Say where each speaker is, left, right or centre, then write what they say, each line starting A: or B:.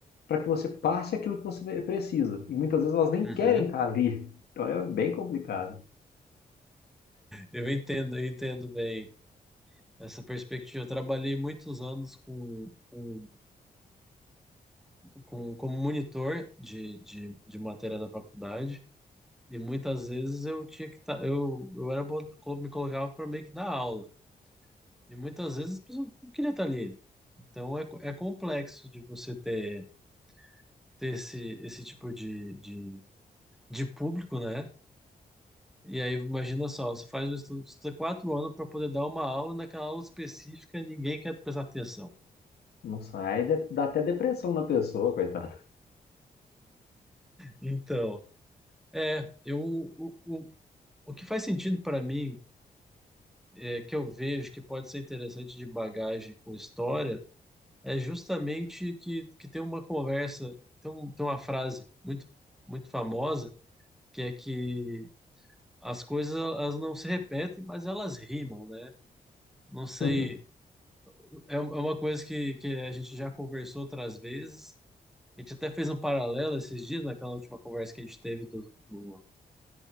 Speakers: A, on the left (about 90°); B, in the centre.
A: para que você passe aquilo que você precisa. E muitas vezes elas nem
B: Uhum.
A: querem estar ali. Então é bem complicado.
B: Eu entendo, eu entendo bem essa perspectiva. Eu trabalhei muitos anos com, com, com, como monitor de, de, de matéria da faculdade e muitas vezes eu tinha que estar, eu, eu era, bo- co- me colocava para meio que dar aula e muitas vezes eu não queria estar ali. Então é, co- é complexo de você ter, ter esse, esse tipo de, de, de público, né? E aí, imagina só, você faz um estudo, estuda quatro anos para poder dar uma aula, e naquela aula específica ninguém quer prestar atenção
A: Não sai, aí dá dá até depressão na pessoa, coitado.
B: Então, é, eu, o, o, o que faz sentido para mim, é, que eu vejo que pode ser interessante de bagagem com história, é justamente que, que tem uma conversa, tem, um- tem uma frase muito, muito famosa, que é que as coisas elas não se repetem, mas elas rimam, né? Não sei,
A: <laughs>
B: é, um- é uma coisa que, que a gente já conversou outras vezes, a gente até fez um paralelo esses dias, naquela última conversa que a gente teve do, do